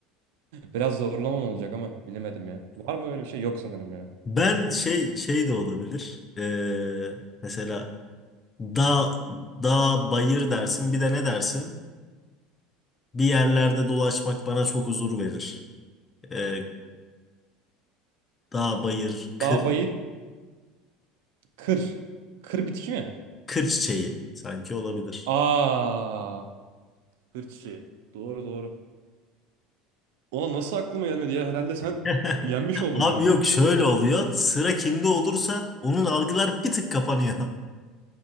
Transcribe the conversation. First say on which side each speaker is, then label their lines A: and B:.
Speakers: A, on the right (about 80°); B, on the left (about 20°).
A: biraz zorlamam olacak ama bilemedim ya. Var mı öyle bir şey? Yok sanırım ya.
B: Ben şey şey de olabilir. E, mesela dağ dağ bayır dersin. Bir de ne dersin? Bir yerlerde dolaşmak bana çok huzur verir. Ee, dağ, bayır, kır,
A: Dağ, bayır, kır. Kır bitki mi?
B: kır çiçeği sanki olabilir.
A: Aa, kır çiçeği. Doğru doğru. Ona nasıl aklıma gelmedi ya? Herhalde sen
B: <laughs>
A: yenmiş oldun
B: Abi
A: beni.
B: yok şöyle oluyor. Sıra kimde olursa onun algılar bir tık kapanıyor. <laughs>